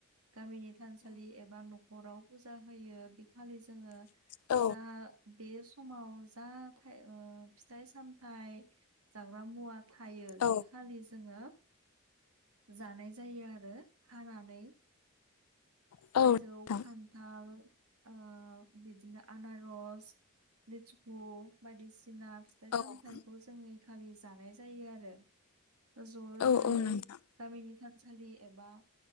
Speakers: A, on the right; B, on the left.
A: गामिनि थानसालि एबा न हराव फुजा होयो बि खालि जोङो
B: औ
A: जा बे समाव जा ओ फिथाइ सामथाय जाग्रा मुवा थायो
B: औ
A: बे खालि जोङो जानाय जायो आरो हानानै।
B: औ
A: थाइजौ खान्थाल। आ बिदिनो आनारस लसकु। बायदिसिना फिथाइ
B: नोंथां
A: सामथाइखौ जोङो खालि जानाय जायो आरो। ज'
B: औ
A: ज'यै
B: औ नोंथां
A: गामिनि थानसालि एबा